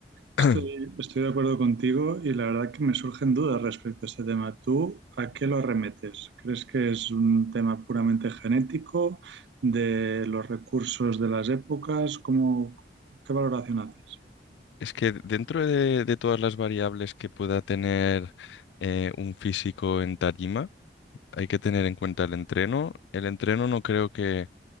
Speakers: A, on the left; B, on the right.
A: <clears throat>
B: Estoy, estoy de acuerdo contigo y la verdad que me surgen dudas respecto a este tema. ¿Tú a qué lo arremetes? ¿Crees que es un tema puramente genético, de los recursos de las épocas? ¿Cómo, qué valoración haces?
A: Es que dentro de, de todas las variables que pueda tener eh, un físico en tarima, hay que tener en cuenta el entreno. El entreno no creo que